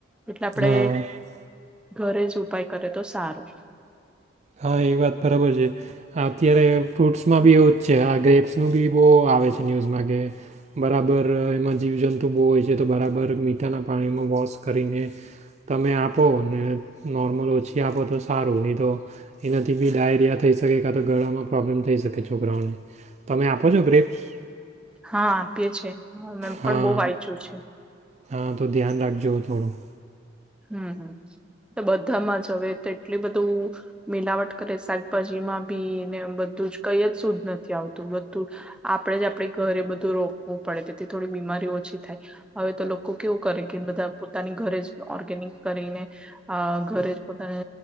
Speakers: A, in the centre; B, on the right.
A: એટલે આપડે
B: હા હા
A: ઘરે જ ઉપાય કરે તો સારુ
B: હા એ વાત બરાબર છે અત્યારે ફ્રૂટ્સમાં બી એવું છે આ ગ્રેપ્સનું બી બો આવે છે ન્યૂઝમાં કે બરાબર એમાં જીવજંતુ બો હોય છે તો બરાબર મીઠાના પાણીમાં વોશ કરીને તમે આપો ને નોર્મલ ઓછી આપો તો સારું નહી તો એનાથી બી ડાયરિયા થઈ શકે કાં તો ગળામાં પ્રોબ્લેમ થઈ શકે છોકરાઓને તમે આપો છો ગ્રેપ્સ
A: હા આપીએ છે એમ
B: હા
A: પણ બો વાંચ્યું છે
B: હા તો ધ્યાન રાખજો થોડું
A: હમ્મ બધામાં જ હવે તો એટલી બધું મિલાવટ કરે શાકભાજીમાં બી ને બધું જ કઈ જ શુદ્ધ નથી આવતું બધું આપણેે જ આપણે ઘરે બધું રોપવું પડે તેથી થોડી બીમારી ઓછી થાય હવે તો લોકો કેવું કરે કે બધા પોતાની ઘરે જ ઓર્ગેનિક કરીને અ ઘરે જ પોતાને